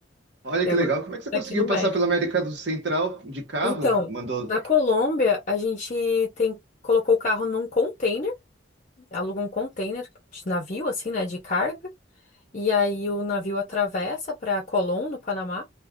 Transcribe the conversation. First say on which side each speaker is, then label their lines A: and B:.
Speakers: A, on the right; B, on the left.
A: Olha
B: E
A: que
B: agora
A: legal. Como é que você
B: tá
A: conseguiu
B: aqui no México.
A: passar pela América do Central de carro?
B: Então,
A: Mandou.
B: na Colômbia, a gente tem colocou o carro num container, aluga um container de navio, assim, né, de carga, e aí o navio atravessa para Colón, no Panamá,